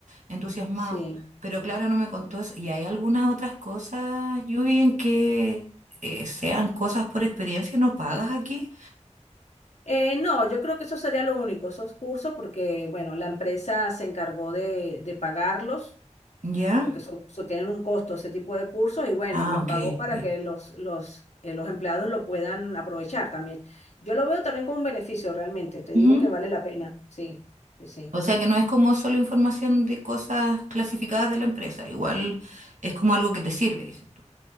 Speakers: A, on the right; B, on the left.
A: entusiasmado.
B: Sí.
A: Pero claro, no me contó eso. Y hay algunas otras cosas, Yubi, en que eh, sean cosas por experiencia y no pagas aquí.
B: Eh, no, yo creo que eso sería lo único, esos cursos, porque, bueno, la empresa se encargó de, de pagarlos.
A: ¿Ya?
B: porque son, so- tienen un costo ese tipo de cursos y bueno,
A: Ah,
B: los
A: ok.
B: pago para
A: ok.
B: que los, los, eh, los empleados lo puedan aprovechar también. Yo lo veo también como un beneficio realmente, te digo
A: Ujú.
B: que vale la pena, sí, sí, sí.
A: O sea que no es como solo información de cosas clasificadas de la empresa. Igual es como algo que te sirve, dices tú.